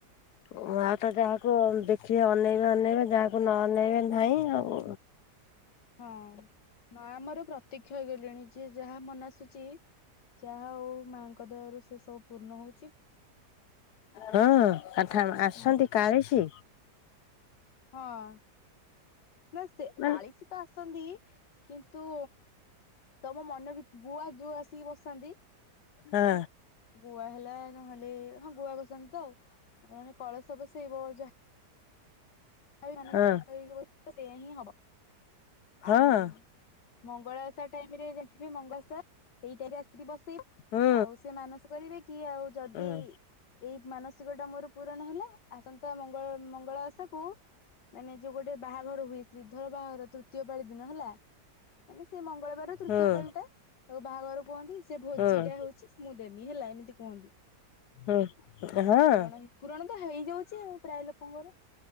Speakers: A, on the left; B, on the left.
A: ଓ ଆଉ ତ ଯାହାକୁ ଦେଖିବେ ଅନେଇବେ ଅନେଇବେ ଯାହାକୁ ନ ଅନେଇବେ ନାଇଁ ଆଉ
B: ହଁ ମା ଆମର ପ୍ରତୀକ୍ଷଇ ଗଲେଣି ଯିଏ ଯାହା ମନେ ଆସୁଛି ଯାହା ଆଉ ମାଙ୍କ ଦୟା ରୁ ସେ ସବୁ ପୂର୍ଣ ହଉଛି।
A: ହଁ ଆଠା ଆସନ୍ତି
B: ହଁ
A: କାଳିଶ
B: ହଁ ନା ସେ
A: ମାନେ
B: କାଳିଶୀ ତ ଆସନ୍ତି କିନ୍ତୁ ତମ ମନ ଭିତ ଭୁଆ ଯୋଉ ଆସିକି ବସାନ୍ତି
A: ହଁ।
B: ଗୁଆ ହେଲା ନହେଲେ ହଁ ଗୁଆ ବସାନ୍ତି ତ ଆଉ କଳସ ବସେଇବ ଯାହା ଯାହା ମାନସିକ
A: ହଁ।
B: କରି ବସେଇବ ସେଇଆ ହିଁ ହବ।
A: ହଁ
B: ଆଉ ମଙ୍ଗଳା ଓଷା ଟାଇମ୍ ରେ ଜାଣିଥିବେ ମଙ୍ଗଳାଓଷା ସେଇ ଟାଇମ୍ ରେ ଆସିକି ବସ୍ ସିଏ
A: ହୁଁ
B: ଆଉ ସେ ମାନସିକ କରିବେ କି ଆଉ ଯଦି
A: ହୁଁ
B: ଏଇ ମାନସିକ ଟା ମୋର ପୂରଣ ହେଲା ଆସନ୍ତା ମଙ୍ଗଳ -ମଙ୍ଗଳା ଓଷାକୁ ମାନେ ଯଉ ଗୋଟେ ବାହାଘର ହୁଏ ଶ୍ରୀଧର ବାହାଘର ତୃତୀୟ ପାଳି ଦିନ ହେଲା ମାନେ ସେ ମଙ୍ଗଳବାର ତୃତୀୟ
A: ହୁଁ
B: ପାଳି ଟା ତାକୁ ବାହାଘର କୁହନ୍ତି ସେ ଭୋଜିଟା
A: ହୁଁ
B: ହଉଚି ମୁଁ ଦେବି ହେଲା ଏମିତି କୁହନ୍ତି
A: ହୁଁ
B: ଯଦି
A: ହଁ
B: ପୁରଣ ହେ ପୁରଣ ତ ହେଇଯାଉଚି ଆଉ ପ୍ରାୟ ଲୋକଙ୍କର।